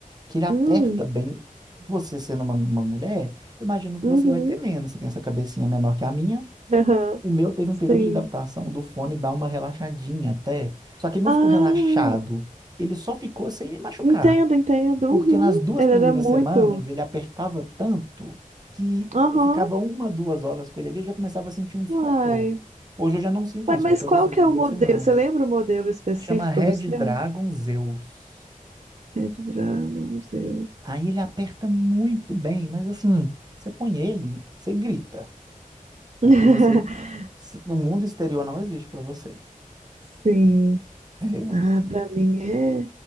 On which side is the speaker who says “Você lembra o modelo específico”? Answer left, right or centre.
Right